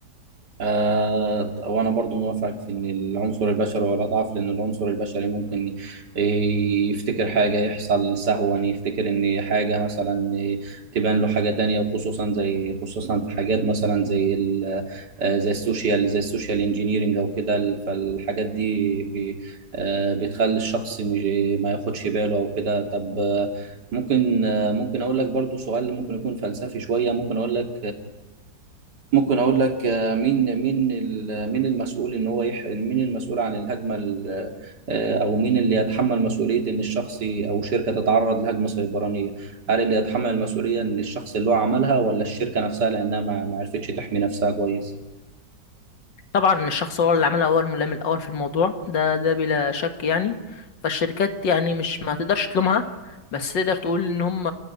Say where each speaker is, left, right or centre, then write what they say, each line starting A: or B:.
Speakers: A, on the right; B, on the left.
A: آه وانا برضو موافقك في ان العنصر البشري هو الاضعف لان العنصر البشري ممكن ي- يفتكر حاجه يحصل سهوا يفتكر ان حاجه مثلا تبان له حاجه تانية وخصوصا زي خصوصا في حاجات مثلا زي ال آه، زي السوشيال زي السوشيال انجينيرنج او كده ال- فالحاجات دي بي آه، بتخلي الشخص مش- ما ياخدش باله او كده طب آه، ممكن آه، ممكن اقول لك برضو سؤال ممكن يكون فلسفي شويه ممكن اقول لك ممكن اقول لك آه، مين مين ال- مين المسؤول ان هو يح... مين المسؤول عن الهجمه ال- آه، او مين اللي يتحمل مسؤوليه ان الشخص ي- او شركه تتعرض لهجمه سيبرانيه هل اللي يتحمل المسؤوليه ان الشخص اللي هو عملها ولا الشركه نفسها لانها ما ما عرفتش تحمي نفسها كويس
B: طبعا الشخص هو اللي عملها هو الملام الاول في الموضوع ده ده بلا شك يعني فالشركات يعني مش ما تقدرش تلومها بس تقدر تقول ان هم